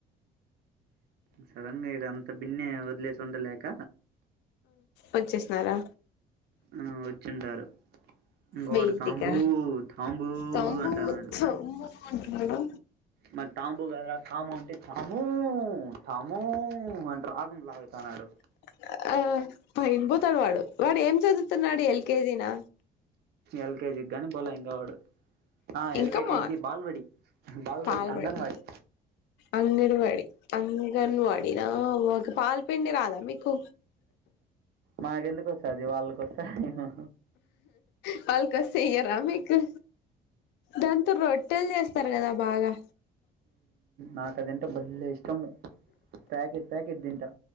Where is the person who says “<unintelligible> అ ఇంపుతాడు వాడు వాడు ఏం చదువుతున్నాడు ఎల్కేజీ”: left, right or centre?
Left